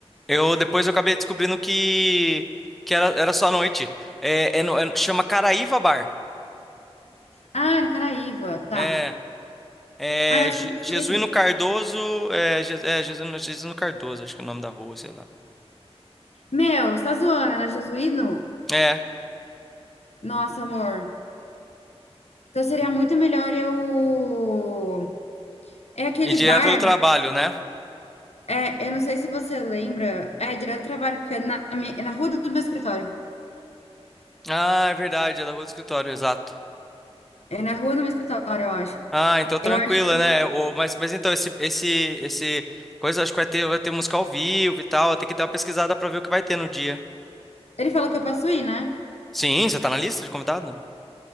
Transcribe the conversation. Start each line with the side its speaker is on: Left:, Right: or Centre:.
Centre: Eu depois eu acabei descobrindo que. Que era, era só à noite. É, é no- é no- chama Caraíva Bar.
Left: Ah, no Caraíva, tá.
Centre: É, É,
Left: Ah, eu acho
Centre: Je-
Left: que eu não
Centre: Jesuíno
Left: sei.
Centre: Cardoso, é, Je- é, Jesuíno, Jesuíno Cardoso, acho que é o nome da rua, sei lá.
Left: Meu, você tá zoando, é na Jesuíno?
Centre: É,
Left: Nossa, amor. Então seria muito melhor eu. É aquele
Centre: e direto
Left: bar.
Centre: do trabalho, né?
Left: É, eu não sei se você lembra, é direto do trabalho, porque é na, mi- é na rua do do meu escritório.
Centre: Ah, é verdade, é da rua do escritório, exato.
Left: É na rua do meu escritório, eu acho.
Centre: Ah, então tranquila,
Left: Eu acho.
Centre: né? O, mas, mas então, esse, esse, esse coisa, acho que vai ter, vai ter música ao vivo e tal, tem que dar uma pesquisada pra ver o que vai ter no dia.
Left: Ele falou que eu posso ir, né?
Centre: Sim, você tá na lista de convidado?